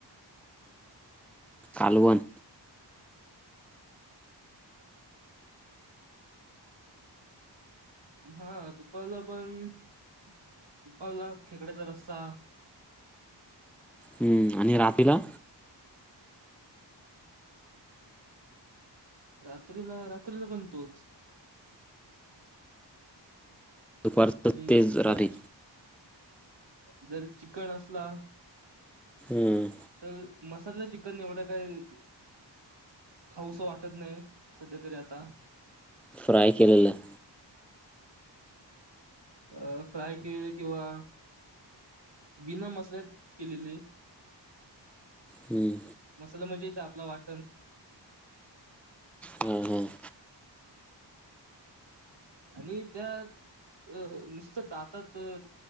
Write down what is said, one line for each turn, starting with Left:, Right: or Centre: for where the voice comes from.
Centre: कालवण.
Right: हा दूपारला पण दुपारला खेकड्याचा रस्सा
Centre: हम्म आणि रातीला
Right: रात्रीला रात्रीला पण तोच.
Centre: दुपारचं
Right: आणि
Centre: तेच
Right: जर
Centre: राती
Right: जर चिकन असला
Centre: हम्म.
Right: तर मसाला ची कण एवढं काही खाऊस वाटत नाही, सध्या तरी आता
Centre: फ्राय केलेलं.
Right: अ फ्राय केलेले किंवा बिना मसाले केलेले.
Centre: हम्म.
Right: मसला म्हणजे ता ला वाटण.
Centre: हम् हम्.
Right: आणि त्या अ नुसत दातात